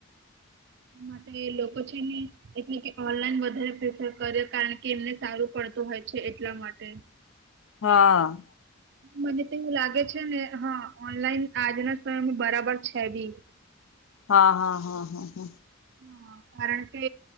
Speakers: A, on the right; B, on the left.
A: માટે લોકો છે ને એટલે કે ઓનલાઈન વધારે પ્રેફર કરે કારણ કે એમને સારું પડતું હોય છે એટલા માટે
B: હા
A: મને તો એવું લાગે છે ને હા ઓનલાઈન આજના સમય બરાબર છે બી
B: હા હા હા હા હા
A: હા કારણ કે